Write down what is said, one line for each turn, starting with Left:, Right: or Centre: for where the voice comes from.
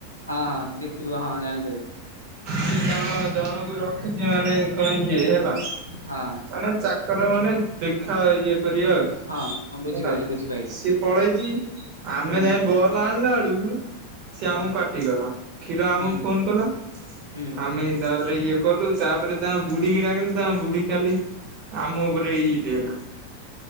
Left: ହଁ ହଁ କିଏ ଥିବ ହଁ ଜାଣିପାରିବି।
Right: ସେ ଜଣ ଜଣଙ୍କୁ ରଖିଛି ମାନେ କଣ ଇଏ ହେଲା
Left: ହଁ
Right: ମାନେ ତାର ମାନେ ଦେଖା ଇଏ। କରିବା ଆଉ
Left: ହଁ ହଁ ବୁଝିପାଇଲି
Right: ହେଲା
Left: ବୁଝିପାଇଲି
Right: ସିଏ ପଳେଇଛି ଆମେ
Left: ହୁଁ
Right: ଯାଇ ବଲ ଆଣିଲା ଆ ସେ
Left: ହୁଁ
Right: ଆମକୁ ପାଟି ଗଲା କ୍ଷୀର ଆମକୁ
Left: ହୁଁ
Right: ଫୋନ କଲା
Left: ହୁଁ
Right: ଆମେ ଇଏ କଲୁ ତାପରେ ତା ବୁଢୀ କିି ଡାକିଲୁ ତା ବୁଢୀ ଖାଲି ଆମ ଉପରେ ଏଇ ଇଏ ହେଲା।